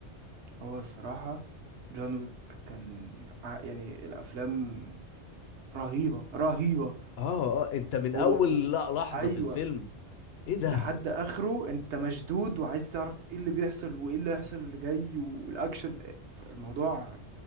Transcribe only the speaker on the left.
اه اه انت من
اول
لا- لحظه
في الفيلم ايه ده